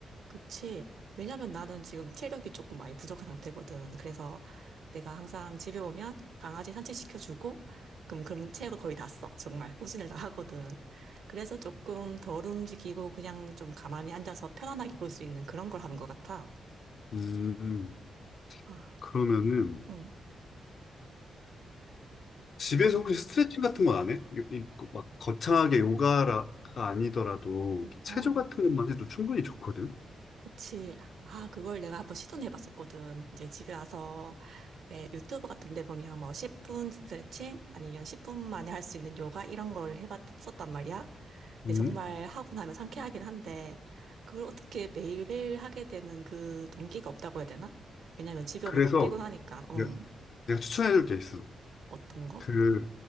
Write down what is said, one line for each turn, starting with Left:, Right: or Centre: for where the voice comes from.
Right: 그치. 왜냐면 나는 지금 체력이 조금 많이 부족한 상태거든. 그래서 내가 항상 집에 오면 강아지 산책시켜주고, 그럼, 그러면 체력을 거의 다 써. 정말. 소진을 다 하거든. 그래서 조금 덜 움직이고 그냥 좀 가만히 앉아서 편안하게 볼 수 있는 그런 걸 하는 것 같아.
Left: 음.
Right: 아,
Left: 그러면은
Right: 응.
Left: 집에서
Right: 아니,
Left: 혹시 스트레칭 같은 건 안 해? 요- 이- 그 막 거창하게 요가가 아니더라도
Right: 어.
Left: 체조 같은 것만 해도 충분히 좋거든.
Right: 그치. 아, 그걸 내가 한번 시도는 해봤었거든. 이제 집에 와서 왜 유튜브 같은 데 보면 뭐 10분 스트레칭 아니면 10분 만에 할 수 있는 요가 이런 걸 해봤었단 말이야. 근데
Left: 음.
Right: 정말 하고 나면 상쾌하긴 한데 그걸 어떻게 매일매일 하게 되는 그 동기가 없다고 해야 되나? 왜냐면 집에
Left: 그래서
Right: 오면 너무 피곤하니까.
Left: 내가,
Right: 응.
Left: 내가 추천해줄 게 있어.
Right: 어떤 거?
Left: 그